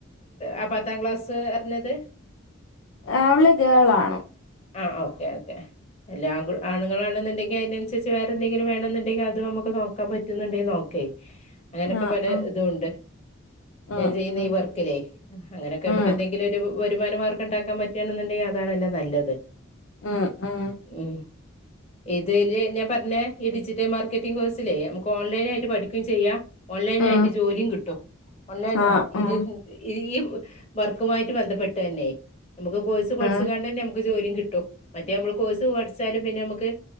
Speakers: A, on the left (about 35°); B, on the left (about 70°).
A: ആ പത്താം ക്ലാസ്സ് പറിഞ്ഞത്
B: അവള് ഗേള് ആണ്
A: ആ ഓക്കേ ഓക്കെ എല്ലാ കൂ ആണുങ്ങളാണെന്നണ്ടെങ്കിൽ അതിനനുസരിച്ച് വേറെ എന്തെങ്കിലും വേണെന്നുണ്ടെങ്കിൽ അത് നമുക്ക് നോക്കാൻ പറ്റുന്നുണ്ടെങ്കിൽ നോക്കേ അങ്ങനൊക്കെ
B: ആഹ്
A: പല
B: ആഹ്
A: ഇതും ഉണ്ട്
B: ഉം
A: ഞാൻ ചെയ്യുന്ന
B: ഉം
A: ഈ വർക്കിലേ അങ്ങനെയൊക്കെ
B: ഉം
A: നമുക്ക് എന്തെങ്കിലും ഒരു വരുമാനമാർഗം ഉണ്ടാക്കാൻ പറ്റുകയാണെന്നുണ്ടെങ്കിൽ അതാണല്ലേ നല്ലത്
B: ഉം ഉം
A: ഉം ഇതില് ഞാൻ പറഞ്ഞേ ഈ ഡിജിറ്റൽ മാർക്കറ്റിംഗ് കോഴ്സിലെ നമക്ക് ഓൺലൈനായിട്ട് പഠിക്കുകയും ചെയ്യാം ഓൺലൈനായിട്ട്
B: ഉം
A: ജോലിയും കിട്ടും ഓൺലൈൻ
B: ആഹ്
A: ഇത്
B: ഉം
A: ഈ വർക്കുമായിട്ട് ബന്ധപ്പെട്ട് തന്നെ നമുക്ക് കോഴ്സ് പഠിച്ചുകാണ്ട്
B: ഉം
A: തന്നെ നമുക്ക് ജോലിയും കിട്ടും മറ്റേ നമ്മൾ കോഴ്സ് പഠിച്ചാലും പിന്നെ നമുക്ക്